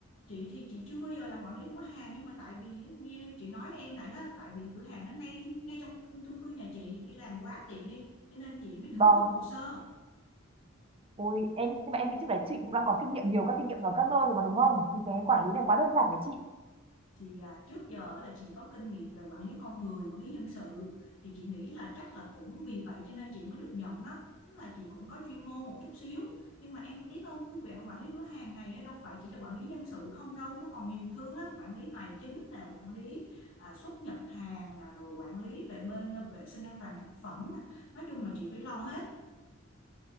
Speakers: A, on the left (about 70°); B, on the right (about 25°).
A: chị thì chị chưa bao giờ làm quản lý cửa hàng nhưng mà tại vì như chị nói em nãy đó là tại vì cửa hàng nó ngay ngay trong chung cư nhà chị đi làm quá tiện đi cho nên chị mới
B: Vâng,
A: thử nộp hồ sơ
B: ôi, em, nhưng mà em nghĩ trước đấy chị cũng đang có kinh nghiệm nhiều các kinh nghiệm ở các nơi rồi mà đúng không? Thì cái quản lý này quá đơn giản với chị
A: thì à, trước giờ là chị có kinh nghiệm về quản lý con người quản lý nhân sự thì chị nghĩ là chắc là cũng vì vậy cho nên chị mới được nhận đó tức là chị cũng có chuyên môn một chút xíu nhưng mà em biết không cái việc quản lý cửa hàng này á, đâu phải chỉ là quản lý nhân sự không đâu nó còn nhiều thứ lắm quản lý tài chính nè quản lý à, xuất nhập hàng nè rồi quản lý về bên à, vệ sinh an toàn thực phẩm nè nói chung là chị phải lo hết